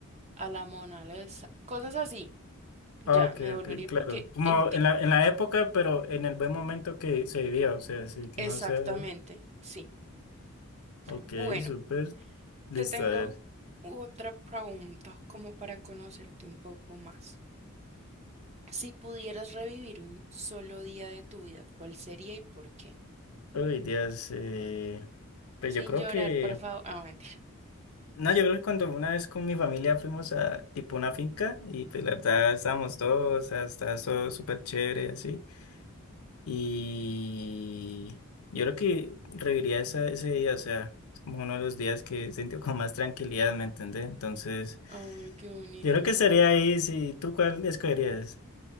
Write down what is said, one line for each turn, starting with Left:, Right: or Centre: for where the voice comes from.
Right: a la Mona Lisa, cosas así, ya,
Left: Ah, Ok,
Right: me devolvería
Left: ok, claro.
Right: porque
Left: Como
Right: el ti-
Left: en la, en la época, pero en el buen momento que se vivía, o sea, sí, que
Right: exactamente,
Left: no sea.
Right: sí.
Left: Ok,
Right: Bueno,
Left: súper. Listo,
Right: te tengo
Left: a ver.
Right: otra pregunta como para conocerte un poco más. Si pudieras revivir un solo día de tu vida, ¿cuál sería y por qué?
Left: Uy, Dios. eh, Pues
Right: Sin
Left: yo creo
Right: llorar,
Left: que.
Right: por favor. Ah, mentira.
Left: No, yo creo que cuando una vez con mi familia fuimos a tipo una finca y pues la verdad estábamos todos, o sea, estaba todo súper chévere y así. Y yo creo que reviviría esa, ese día, o sea, es como uno de los días que sentí con más tranquilidad, ¿me entendés? Entonces.
Right: Ay, qué bonito.
Left: Yo creo que estaría ahí, si ¿Tú cuál escogerías?